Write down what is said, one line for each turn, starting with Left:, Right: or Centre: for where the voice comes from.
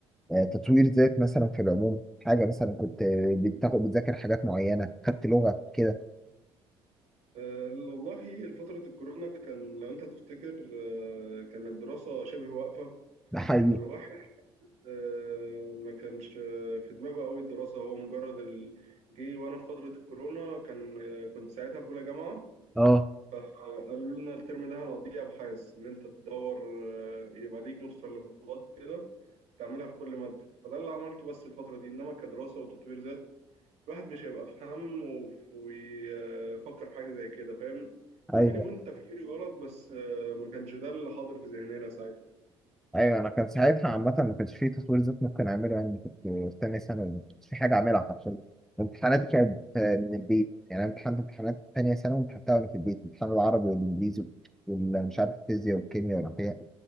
Centre: كتطوير ذات مثلا في العموم حاجة مثلا كنت بتاخد بتذاكر حاجات معينة خدت لغة كده
Right: أه والله فترة الكورونا كان لو أنت تفتكر أه كانت الدراسة شبه واقفة
Centre: ده حقيقي
Right: فالواحد أه ما كانش آه، في دماغه قوي الدراسة هو مجرد ال- جه وأنا في فترة الكورونا كان أه كنت ساعتها في أولى جامعة
Centre: اه
Right: آه، قالوا لنا الترم ده هنقضيه أبحاث إن أنت تدور أه يبقى ليك متطلبات كده تعملها في كل مادة فده اللي عملته بس الفترة دي إنما كدراسة وتطوير الواحد مش هيبقى في هم وف- ويفكر في حاجة زي كده فاهم ممكن
Centre: ايوه
Right: يكون تفكيري غلط بس آه، ما كانش ده اللي حاضر في ذهننا ساعتها
Centre: ايوه انا كان ساعتها عامه ما كانش فيه تطوير ذات ممكن اعمله يعني كنت في تانية ثانوي ما كانش في حاجه اعملها حرفيا امتحاناتي كانت آه، من البيت يعني انا امتحنت امتحانات تانية ثانوي امتحنتها وانا في البيت امتحان العربي والانجليزي ومش عارف الفيزياء والكيمياء والاحياء